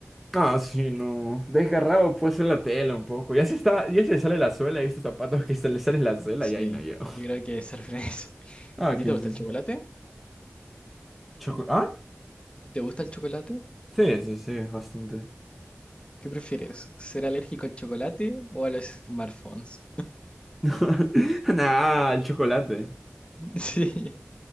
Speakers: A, in the centre; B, on the left (about 25°).
A: Ah, sí, no. Desgarrado puede ser la tela un poco. Ya se está, ya se le sale la suela. He visto zapatos que se le sale la suela
B: Sí,
A: y ahí no llego.
B: yo creo que ser feliz. <laughs>
A: Ah,
B: ¿A ti
A: ¿qué
B: te gusta
A: dices?
B: el chocolate?
A: ¿Choco? ¿Ah?
B: ¿Te gusta el chocolate?
A: Sí, sí, sí, bastante.
B: ¿Qué prefieres? ¿Ser alérgico al chocolate o a los smartphones?
A: <laughs> Nah, el chocolate.
B: <laughs> Sí,